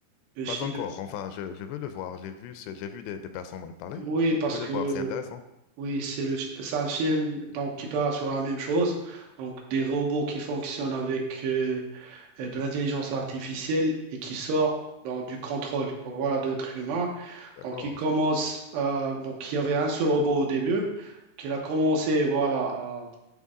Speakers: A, on the right; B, on the left.
A: Le film.
B: Pas encore. Enfin, je, je veux le voir. J'ai vu, ce- j'ai vu des, des personnes m'en parler.
A: Oui, parce
B: Je veux
A: que
B: le voir. C'est intéressant.
A: oui, c'est le, c'est un film donc, qui parle sur la même chose. Donc, des robots qui fonctionnent avec euh, euh, de l'intelligence artificielle et qui sort dans, du contrôle. Donc, voilà, d'autres humains.
B: D'accord.
A: Donc, il commence. euh, donc, il y avait un seul robot au début. Qu'il a commencé, voilà,